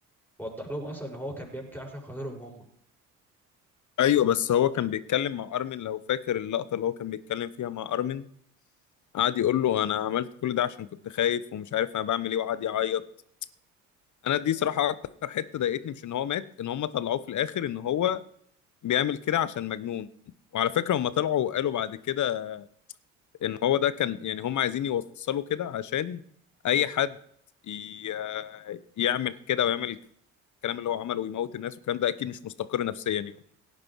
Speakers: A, in the centre; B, on the left.
A: وضح لهم اصلا ان هو كان بيعمل كده عشان خاطرهم هم
B: ايوه بس هو كان بيتكلم مع ارمن لو فاكر اللقطه اللي هو كان بيتكلم فيها مع ارمن قعد يقول له انا عملت كل ده عشان كنت خايف ومش عارف انا بعمل ايه وقعد يعيط انا دي صراحه اكتر حته ضايقتني مش ان هو مات ان هم طلعوه في الاخر ان هو بيعمل كده عشان مجنون وعلى فكره هم طلعوا وقالوا بعد كده ان هو ده كان يعني هم عايزين يوصلوا كده عشان اي حد ي- يعمل كده ويعمل الكلام اللي هو عمله ويموت الناس والكلام ده اكيد مش مستقر نفسيا يعني